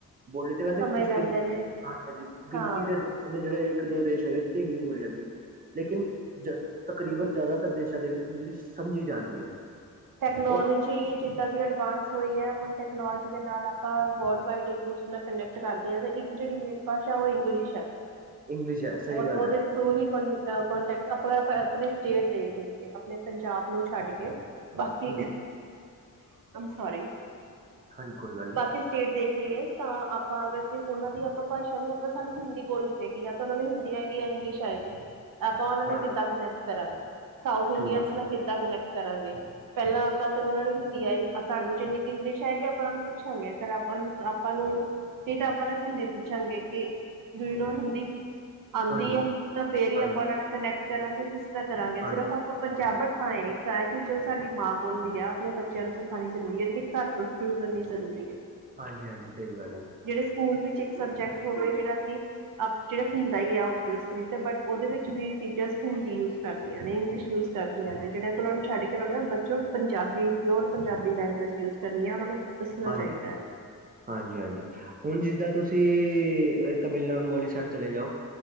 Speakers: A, on the right (about 30°); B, on the right (about 85°).
A: ਬੋਲੀ ਤੇ ਵੈਸੇ
B: ਸਮਝ
A: ਕੁਛ
B: ਲੈਂਦੇ
A: ਗਿਣਤੀ
B: ਨੇ
A: ਹਾਂਜੀ ਹਾਂਜੀ ਗਿਣਤੀ
B: ਹਾਂ
A: ਦੇ ਨੇ ਜਿਹੜੇ। ਇੱਕ ਦੋ ਦੇਸ਼ ਹੋਏ ਜਿੱਥੇ ਇੰਗਲਿਸ਼ ਬੋਲੀ ਜਾਂਦੀ ਹੈ ਲੇਕਿਨ ਜ ਤਕਰੀਬਨ ਜ਼ਿਆਦਾਤਰ ਦੇਸ਼ਾਂ ਦੇ ਵਿੱਚ। ਇੰਗਲਿਸ਼ ਸਮਝੀ ਜਾਂਦੀ। ਹੈ
B: ਟੈਕਨੋਲੋਜੀ
A: ਔਰ
B: ਜਿੱਦਾਂ ਦੀ ਅਡਵਾਂਸ। ਹੋਈ ਹੈ ਹੁਣ ਟੈਕਨੋਲੋਜੀ ਦੇ ਨਾਲ ਆਪਾਂ ਵਰਲਡ ਵਾਈਡ ਇੱਕ ਨਾਲ ਕਨੈਕਟ ਕਰਦੇ ਹਾਂ ਤੇ ਇੱਕ ਜਿਹੜੀ ਮੇਨ ਭਾਸ਼ਾ। ਉਹ ਇੰਗਲਿਸ਼ ਹੈ
A: ਇੰਗਲਿਸ਼ ਹੈ ਸਹੀ
B: ਉਹ ਉਹਦੇ
A: ਗੱਲ ਹੈ
B: ਥਰੂ ਹੀ ਕੋ। ਕੋਂਟੈਕਟ ਆਪਾਂ ਆਪਣੇ ਸਟੇਟ ਦੇਖ ਲਈਏ ਆਪਣੇ ਪੰਜਾਬ ਨੂੰ ਛੱਡ ਕੇ। ਬਾਕੀ
A: ਹਮ।
B: ਸੋਰੀ
A: ਹਾਂਜੀ ਕੋਈ ਗੱਲ ਨਹੀਂ,
B: ਬਾਕੀ ਸਟੇਟ ਦੇਖ ਤਾਂ ਆਪਾਂ ਅਗਰ ਉਹਨਾਂ ਦੀ ਆਪਾਂ ਭਾਸ਼ਾ ਨੀ ਆਪਾਂ ਸਾਨੂੰ ਹਿੰਦੀ ਬੋਲਣੀ ਪਏਗੀ। ਉਹਨਾਂ ਨੂੰ ਹਿੰਦੀ ਹੈਗੀ ਹੈ ਇੰਗਲਿਸ਼ ਹੈਗੀ। ਆਪਾਂ ਉਹਨਾਂ
A: ਹਾਂ
B: ਨੇ ਕਿੱਦਾਂ ਕਨੈਕਟ ਕਰਾਂਗੇ ਸਾਊਥ ਇੰਡੀਅਨ
A: ਠੀਕ ਹੈ,
B: ਨਾਲ ਕਿੱਦਾਂ ਕਨੈਕਟ ਕਰਾਂਗੇ। ਪਹਿਲਾਂ ਆਪਾਂ ਕਰੋ ਉਹਨਾਂ ਨੂੰ ਹਿੰਦੀ ਆਈ ਸਾਨੂੰ ਜਿੰਨੀ ਕਿ ਇੰਗਲਿਸ਼ ਹੈ ਕਿ ਆਪਾਂ ਉਹ ਨੂੰ ਪੁੱਛਾਂਗੇ ਅਗਰ ਆਪਾਂ ਨੂੰ ਆਪਾਂ ਨੂੰ ਨਹੀਂ ਤਾਂ ਆਪਾਂ ਨੂੰ ਹਿੰਦੀ ਪੁੱਛਾਂਗੇ ਕਿ। ਕਿ ਤੁਸੀਂ ਹਿੰਦੀ ਜਾਣਦੇ ਹੋ? ਆਉਂਦੀ
A: ਹਾਂਜੀ,
B: ਹੈ ਤਾਂ ਫੇਰ ਹੀ
A: ਹਾਂਜੀ,
B: ਆਪਾਂ ਉਹਨਾਂ ਨਾਲ ਕਨੈਕਟ ਕਰਾਂਗੇ ਕਿਸ ਤਰ੍ਹਾਂ ਕਰਾਂਗੇ
A: ਹਾਂਜੀ,
B: ਸਿਰਫ ਆਪਾਂ ਪੰਜਾਬ ਹਾਂ ਇਹ ਕ ਚ <inaudible> ਸਾਡੀ ਮਾਂ ਬੋਲੀ ਹੈ ਆਪਣੇ ਬੱਚਿਆਂ ਨੂੰ ਸਿਖਾਣੀ ਜ਼ਰੂਰੀ ਹੈ ਜਿਹੜੀ ਘਰ ਤੋਂ ਸ਼ੁਰੂ ਕਰਨੀ ਜ਼ਰੂਰੀ ਹੈ।
A: ਹਾਂਜੀ ਹਾਂਜੀ ਸਹੀ ਗੱਲ ਹੈ,
B: ਜਿਹੜੇ ਸਕੂਲ ਵਿੱਚ ਇੱਕ ਸਬਜੈਕਟ ਹੋਵੇ ਜਿਹੜਾ ਕਿ ਜਿਹੜਾ ਹੁੰਦਾ ਹੀ ਆ ਬਟ ਉਹਦੇ ਵਿੱਚ ਵੀ ਟੀਚ ਹਿੰਦੀ ਵਰਤਦੀਆਂ ਨੇ ਇੰਗਲਿਸ਼ ਵਰਤਦੀਆਂ। ਨੇ ਜਿਹੜੇ ਉਹਨਾਂ ਨੂੰ ਛੱਡ ਕੇ ਉਹ ਨੇ ਨਾ ਬੱਚਿਓ ਪੰਜਾਬ ਸ਼ੁੱਧ ਪੰਜਾਬੀ ਭਾਸ਼ਾ ਵਰਤਣੀ ਹੈ ਉਹਨਾਂ ਨੇ ਦੱਸਣਾ
A: ਹਾਂਜੀ,
B: ਚਾਹੀਦਾ ਹੈ।
A: ਹਾਂਜੀ ਹਾਂਜੀ ਹੁਣ ਜਿੱਦਾਂ ਤੁਸੀਂ ਤਾਮਿਲਨਾਡੂ ਵਾਲੀ ਸਾਈਡ ਚਲੇ ਜਾਓ।